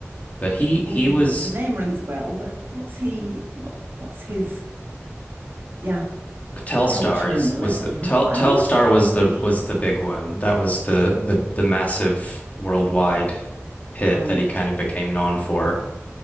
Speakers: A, on the left; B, on the right.
A: but he
B: Oh,
A: he was
B: the name rings a bell, but what's he, what, what's his, yeah,
A: Telstars
B: culture and
A: was
B: legs?
A: the
B: ri-
A: Tel,
B: Oh,
A: Telstar was the
B: right.
A: was the big one. That was the the the massive worldwide hit
B: Right.
A: that he kind of became known for.